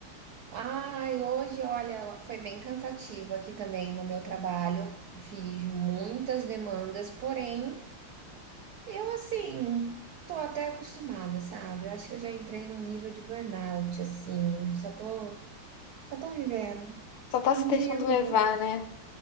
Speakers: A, on the right; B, on the left.
A: Ai, hoje, olha, foi bem cansativo aqui também no meu trabalho. Fiz muitas demandas, porém, eu assim, tô até acostumada, sabe? Eu acho que eu já entrei num nível de burnout, assim, só tô, só tô vivendo.
B: Só tá
A: Um
B: se deixando
A: dia após
B: levar,
A: o outro.
B: né?